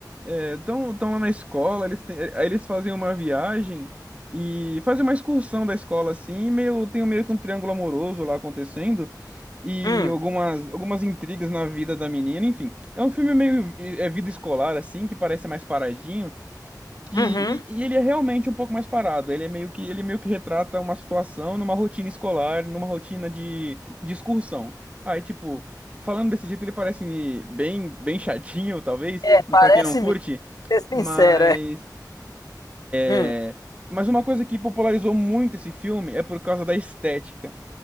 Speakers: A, on the right (about 20°); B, on the left (about 60°).
A: Estão lá na escola, eles, têm- aí eles fazem uma viagem e fazem uma excursão da escola assim, e meio, tem um, meio que um triângulo amoroso lá acontecendo e
B: hum,
A: algumas, algumas intrigas na vida da menina, enfim. É um filme meio é vida escolar assim, que parece mais paradinho, que,
B: uhum.
A: e, e ele é realmente um pouco mais parado. Ele é meio que, ele meio que retrata uma situação numa rotina escolar, numa rotina de, de excursão. Aí, tipo, falando desse jeito, ele parece bem, bem chatinho, talvez,
B: É, parece
A: pra quem não curte.
B: mesmo, ser sincero,
A: Mas,
B: é. Hum,
A: é, mas uma coisa que popularizou muito esse filme é por causa da estética.